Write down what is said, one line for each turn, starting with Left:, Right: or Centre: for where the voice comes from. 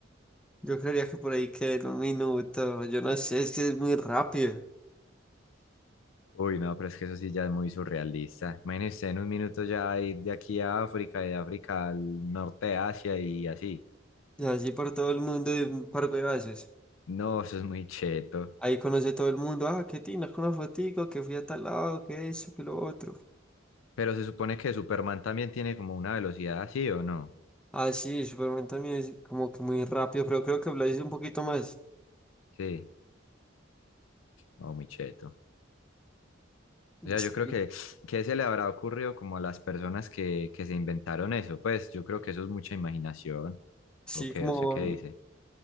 Centre: yo creería que por ahí queda en un minuto, yo no sé, es que es muy rápido.
Left: Uy, no, pero es que eso sí ya es muy surrealista. Imagínese en un minuto ya ir de aquí a África y de África al norte de Asia y así.
Centre: Y así por todo el mundo de un par de veces.
Left: No, eso es muy cheto.
Centre: Ahí conoce todo el mundo. Ah, qué tina, con una fotico, que fui a tal lado, que eso, que lo otro.
Left: Pero se supone que Superman también tiene como una velocidad así, ¿o no?
Centre: Ah, sí, Superman también es como que muy rápido, pero creo que Blaze es un poquito más.
Left: Sí, oh, muy cheto. O sea,
Centre: Sí,
Left: yo creo que, ¿qué se le habrá ocurrido como a las personas que, que se inventaron eso? Pues yo creo que eso es mucha imaginación.
Centre: sí,
Left: ¿O qué?
Centre: como.
Left: ¿Usted qué dice?